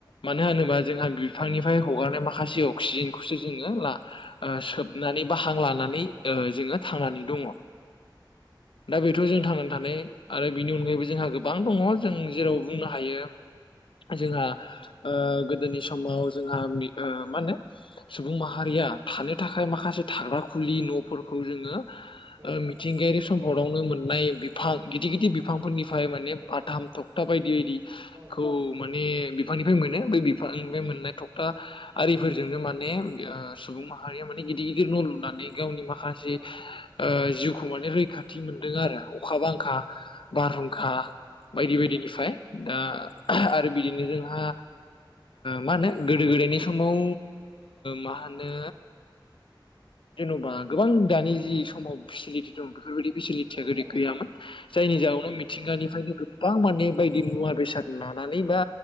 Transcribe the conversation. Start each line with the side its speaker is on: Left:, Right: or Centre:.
Left: मानो होनोबा जोंहा बिफांनिफ्राय हगारनाय माखासे अक्सिजेनखौसो जोङो ला ओ सोबनानै बा हां लाना नानै जोङो थांनानै दङ। दा बेथ' जों थांनानै थानाय आरो बेनि अनगायैबो जोंहा गोबां दङ जों जेराव बुंनो
Right: औ
Left: हायो जोंहा गोदोनि समाव जोंहा मा होनो सुबुं माहारिया थानो थाखाय मासे थाग्रा खुलि न' फोरखौ जोङो
Right: औ
Left: मिथिंगायारि <unintelligible> आवनो मोननाय बिफां गिदिर गिदिर बिफांफोरनिफ्राय माने बाथाम तखथा बायदि बायदि
Right: औ
Left: -खौ माने बिफांनिफ्राय मोनो ब बिफांनिफ्राय मोननाय थखथा आरिफोरजोंनो माने सुबुं माहारिया माने गिद गिदिर न' लुनानै गावनि माखा माखासे
Right: औ
Left: जिउखौ माने रैखाथि मोनदों आरो अखा बांखा बारहुंखा
Right: नंगौ
Left: बायदि
Right: नंगौ
Left: बायदिनिफ्राय दा
Right: औ
Left: आरो बिदिनो जोंहा मा होनो गोदो गोदायनि समाव मा होनो जेन'बा गोबां दानि जि समाव फेसिलिटि दं बेफोरबायदि फेसिलिटिया
Right: औ
Left: बेदि
Right: औ
Left: गैयामोन जायनि
Right: औ
Left: जाउनाव मिथिंगानिफ्रायनो गोबां माने बायदि मुवा बेसाद लानानै बा